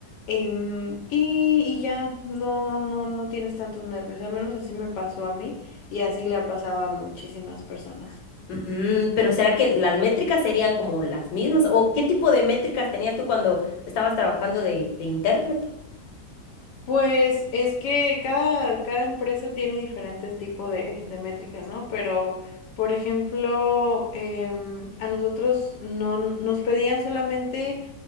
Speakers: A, on the left; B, on the left.
A: em, y, y ya no, no, no tienes tantos nervios. Al menos así me pasó a mí y así le ha pasado a muchísimas personas.
B: Mm, pero ¿será que las métricas serían como las mismas? ¿O qué tipo de métricas tenías tú cuando estabas trabajando de, de intérprete?
A: Pues es que cada, cada empresa tiene diferentes tipos de, de métricas, ¿no? Pero, por ejemplo, em, a nosotros no nos pedían solamente